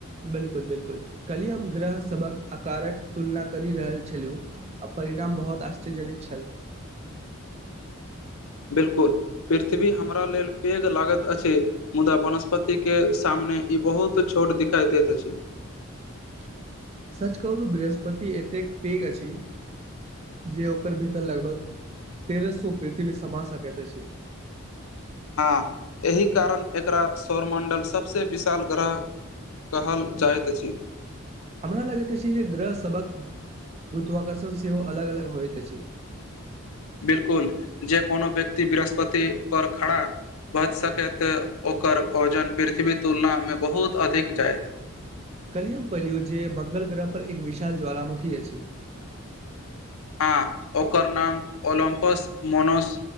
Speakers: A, on the right (about 30°); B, on the left (about 80°).
A: बिलकुल बिलकुल कली हम ग्रह सभक आकारक तुलना करि रहल छलहुँ आ परिणाम बहुत आश्चर्यजनित छल
B: बिलकुल पृथ्वी हमरा लेल पैघ लागैत अछि मुदा वनस्पति के सामने ई बहुत छोट दिखाई दैत अछि
A: ह <inaudible> सच कहु बृहस्पति एतेक पेघ अछी जे ओकर भीतर लगभग तेरह सो पृथ्वी समा सकैत अछि
B: हँ एहि कारण एकरा सौरमण्डल सभसँ विशाल ग्रह कहल जाइत अछि
A: हमरा लगैत अछि जे ग्रह सबक गुरुत्वाकर्षण सेहो अलग अलग होइत अछि
B: बिल्कुल जे कोनो व्यक्ति बृहस्पति पर खड़ा भच सकैत ओकर वजन पृथ्वी तुलनामे बहुत अधिक जायत
A: कलियम पर लियो जे मंगल ग्रह पर एक विशाल ज्वालमुखी अछि
B: हँ ओकर नाम ओलम्पस मोनस